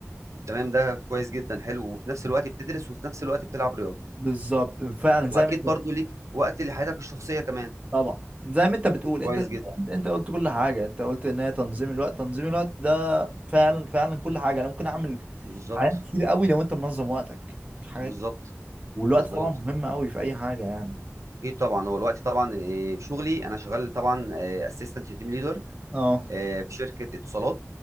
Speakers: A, on the right; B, on the right.
A: تمام ده كويس جدا حلو وفي نفس الوقت بتدرس وفي نفس الوقت بتلعب رياضه
B: بالظبط فعلا زي
A: واكيد
B: ما انت
A: برضو ليك وقت لحياتك الشخصيه كمان
B: طبعا زي ما انت بتقول
A: كويس
B: انت
A: جدا
B: انت قلت كل حاجه انت قلت ان هي تنظيم الوقت تنظيم الوقت ده فعلا فعلا كل حاجه انا ممكن اعمل
A: بالظبط
B: حاجات كتير قوي لو انت منظم وقتك حاجات
A: بالظبط
B: كتير. والوقت
A: مظبوط
B: طبعا مهم قوي في اي حاجه يعني
A: اكيد طبعا هو الوقت طبعا إيه، في شغلي انا شغال طبعا اسيستنت تيم ليدر
B: اه
A: في شركه اتصالات